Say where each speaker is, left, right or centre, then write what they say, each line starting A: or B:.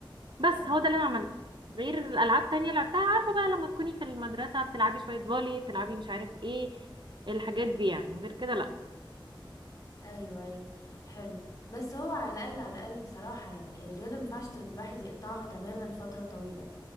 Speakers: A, on the right; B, on the left.
A: بس
B: ايوه
A: هو ده اللي انا عملته غير الالعاب تانية لعبتها عارفة بقى لما تكوني في المدرسة بتلعبي شوية فولي بتلعبي مش عارف ايه الحاجات دي يعني غير كده لا
B: ايوه ايوه حلو بس هو على الاقل على الاقل بصراحه يعني الرياضه ما ينفعش تت- الواحد يقطعها تماما فتره طويله